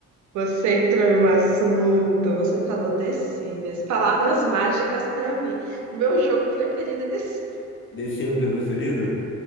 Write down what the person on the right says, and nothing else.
você entrou em um assunto, você falou The Sims, palavras mágicas pra mim. O meu jogo preferido é The Sims.